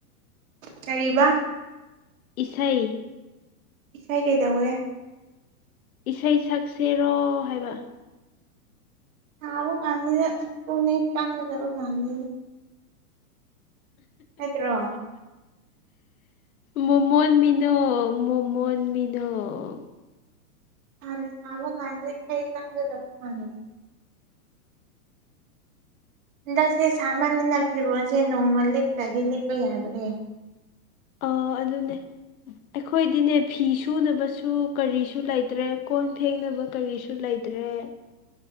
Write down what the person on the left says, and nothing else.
ꯏꯁꯩ
ꯏꯁꯩ ꯁꯛꯁꯦꯔꯣ ꯍꯥꯏꯕ
ꯃꯣꯃꯣꯟ ꯃꯤꯅꯣꯛ ꯃꯣꯃꯣꯟ ꯃꯤꯅꯣꯛ
ꯑꯥ ꯑꯗꯨꯅꯦ ꯑꯩꯈꯣꯏꯗꯤꯅꯦ ꯐꯤ ꯁꯨꯅꯕꯁꯨ ꯀꯔꯤꯁꯨ ꯂꯩꯇ꯭ꯔꯦ ꯀꯣꯟ ꯐꯦꯡꯅꯕ ꯀꯔꯤꯁꯨ ꯂꯩ ꯂꯩꯇ꯭ꯔꯦ